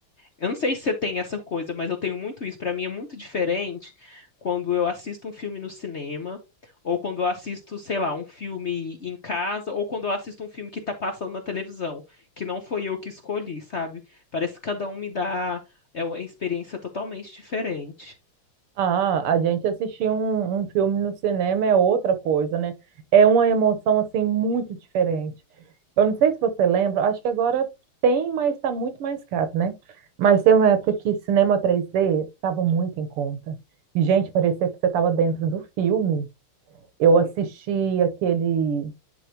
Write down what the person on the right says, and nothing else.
Ah, a gente assistir um, um filme no cinema é outra coisa, né? É uma emoção assim muito diferente. Eu não sei se você lembra, acho que agora tem, mas está muito mais caro, né? Mas tem uma época que cinema 3D estava muito em conta. E, gente, parecia que você estava dentro do filme. Eu assisti
aquele.